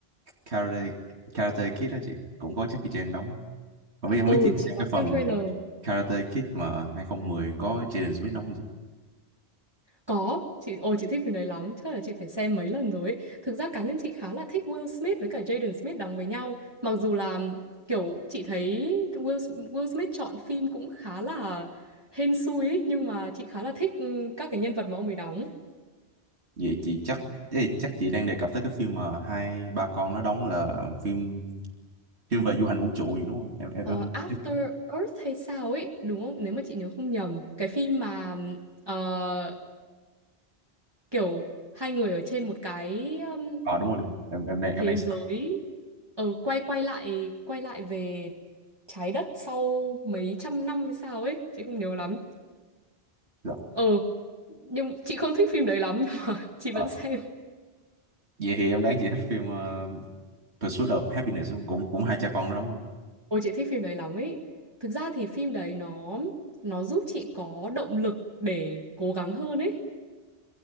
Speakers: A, on the right; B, on the right.
A: Karate Karate Kid đó chị cũng có Jackie Chan đóng không biết không
B: ừ
A: biết chị
B: chị
A: xem
B: có
A: cái phần
B: xem trailer
A: Karate Kid mà 2010 có Jaden Smith đóng
B: có chị ồ chị thích phim đấy lắm chắc là chị phải xem mấy lần rồi ấy. thực ra cá nhân chị khá là thích Will Smith với cả Jaden Smith đóng với nhau mặc dù là kiểu chị thấy Will, Will Smith chọn phim cũng khá là hên xui ấy, nhưng mà chị khá là thích ừ, các cái nhân vật mà ông ấy đóng
A: Vậy chị chắc ê, chắc chị đang đề cập tới cái phim mà hai ba con nó đóng là phim phim về du hành vũ trụ gì đúng không? Em em
B: Ờ, After
A: em
B: Earth hay sao ấy đúng không nếu mà chị nhớ không nhầm cái phim mà ờ, kiểu hai người ở trên một cái um,
A: à, đúng rồi đúng rồi. Em em đang
B: thế
A: em đang sợ.
B: giới ờ, quay quay lại quay lại về trái đất sau mấy trăm năm hay sao ấy chị không nhớ lắm
A: Rồi.
B: ờ nhưng chị không thích phim đấy lắm nhưng mà <laughs> chị
A: Ờ.
B: vẫn xem
A: Vậy thì em đoán chị thích phim ờ, Pursuit of Happiness không? Cũng cũng hai cha con nó đóng luôn.
B: ôi chị thích phim đấy lắm ấy thực ra thì phim đấy nó nó giúp chị có động lực để cố gắng hơn ấy